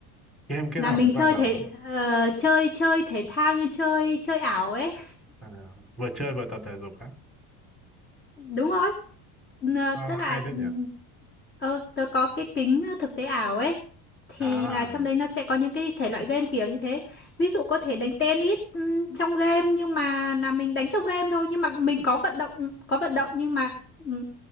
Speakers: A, in the centre; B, on the left.
A: game kết
B: là
A: hợp
B: mình
A: với
B: chơi
A: vận động
B: thể
A: á?
B: ờ, chơi chơi thể thao như chơi chơi ảo ấy
A: À, vừa chơi vừa tập thể dục á?
B: đúng rồi Ờ,
A: Sao
B: tức
A: hay
B: là
A: thế
B: ừm,
A: nhỉ?
B: ờ, tớ có cái kính thực tế ảo ấy thì
A: À,
B: là trong đấy nó sẽ có những cái thể loại game kiểu như thế ví dụ có thể đánh tennis ừm, trong game nhưng mà là mình đánh trong game thôi nhưng mà mình có vận động có vận động nhưng mà ừm,